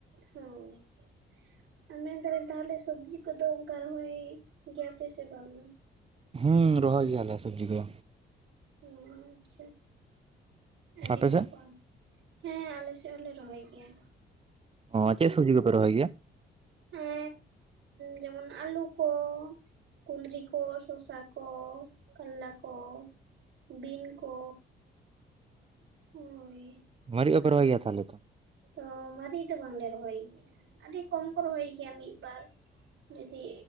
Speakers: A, on the right; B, on the right.
A: ᱦᱳᱭ ᱟᱨ ᱢᱮᱱ ᱫᱟᱞᱮᱧ ᱛᱟᱦᱚᱞᱮ ᱥᱚᱵᱽᱡᱤ ᱠᱚᱫᱚ ᱚᱱᱠᱟ ᱨᱚᱦᱚᱭ ᱜᱮᱭᱟ ᱯᱮ ᱥᱮ ᱵᱟᱝᱟ
B: ᱦᱩᱸ ᱨᱚᱦᱚᱭ ᱜᱮᱭᱟᱞᱮ ᱥᱚᱵᱽᱡᱤ ᱠᱚ
A: ᱚ ᱟᱪᱪᱷᱟ ᱟᱹᱰᱤ
B: ᱟᱯᱮ
A: ᱱᱟᱯᱟᱭ
B: ᱥᱮᱫ
A: ᱦᱮᱸ ᱟᱞᱮ ᱥᱮ ᱦᱚᱞᱮ ᱨᱚᱦᱚᱭ ᱜᱮᱭᱟ
B: ᱚ ᱪᱮ ᱥᱚᱵᱡᱤ ᱠᱚᱯᱮ ᱨᱚᱦᱚᱭ ᱜᱮᱭᱟ
A: ᱮ ᱡᱮᱢᱚᱱ ᱟᱹᱞᱩ ᱠᱚ ᱠᱩᱱᱫᱤᱨᱤ ᱠᱚ ᱥᱚᱥᱟ ᱠᱚ ᱠᱟᱞᱞᱟ ᱠᱚ ᱵᱤᱱ ᱠᱚ ᱦᱳᱭ
B: ᱢᱟᱨᱤᱡ ᱦᱚᱸᱯᱮ
A: ᱱᱚᱣᱟ
B: ᱨᱚᱦᱚᱭ ᱜᱮᱭᱟ ᱛᱟᱦᱚᱞᱮ ᱛᱚ
A: ᱛᱚ ᱢᱟᱹᱨᱤᱡ ᱫᱚ ᱵᱟᱝᱞᱮ ᱨᱚᱦᱚᱭ ᱜᱮᱭᱟ ᱟᱹᱰᱤ ᱠᱚᱢ ᱠᱚ ᱨᱚᱦᱚᱭ ᱜᱮᱭᱟ ᱢᱤ ᱵᱟᱨ ᱡᱩᱫᱤ